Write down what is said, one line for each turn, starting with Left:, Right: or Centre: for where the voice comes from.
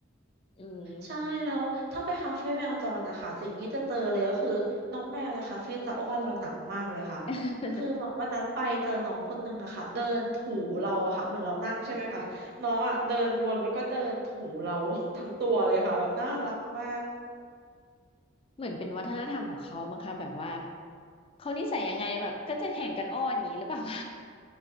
Left: อืม
Right: ใช่แล้วถ้าไปคาเฟ่แมวจรนะคะสิ่งที่จะเจอเลยก็คือน้องแมวในคาเฟ่จะอ้อนเราหนักมากเลยค่ะ
Left: <laughs>
Right: คือวันนั้นไปเจอน้องคนนึงอะค่ะเดินถูเราอะค่ะเหมือนเรานั่งใช่ไหมคะน้องอะเดินวนแล้วก็เดินถูเรา
Left: อืม
Right: <laughs> ทั้งตัวเลยค่ะแบบน่ารักมาก
Left: เหมือนเป็นวัฒนธรรมของเขามั้งคะแบบว่าเขานิสัยยังไงแบบก็จะแข่งกันอ้อนอย่างนี้หรือเปล่า <laughs>